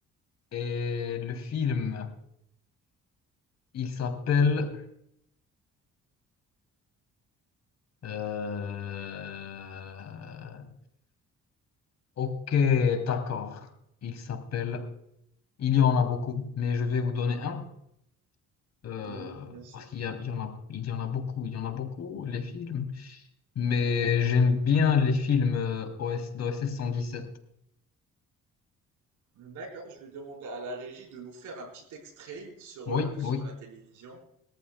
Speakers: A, on the left (about 60°); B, on the right (about 85°).
A: et le film, il s'appelle... euh, Ok, d'accord. Il s'appelle... Il y en a beaucoup, mais je vais vous donner un. euh,
B: Oui, bien sûr.
A: parce qu'il y a- il y en a, il y en a beaucoup, il y en a beaucoup, les films. Mais j'aime bien les films euh, OS, d'OSS 117.
B: D'accord, je vais demander à la régie de nous faire un petit extrait sur,
A: Oui,
B: euh, sur
A: oui,
B: la télévision.